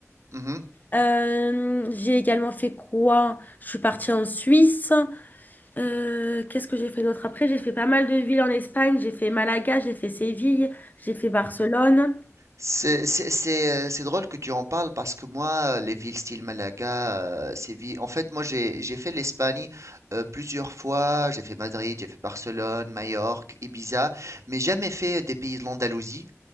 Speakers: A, on the right (about 75°); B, on the left (about 35°).
A: Mmh
B: Euh, j'ai également fait quoi? Je suis partie en Suisse. Euh, qu'est-ce que j'ai fait d'autre après? J'ai fait pas mal de villes en Espagne. J'ai fait Malaga, j'ai fait Séville, j'ai fait Barcelone.
A: C'est c'est- c'est, euh, c'est drôle que tu en parles parce que moi, euh, les villes style Malaga, euh, Séville, en fait, moi, j'ai j'ai fait l'Espagne euh, plusieurs fois. J'ai fait Madrid, j'ai fait Barcelone, Majorque, Ibiza, mais jamais fait des pays de l'Andalousie.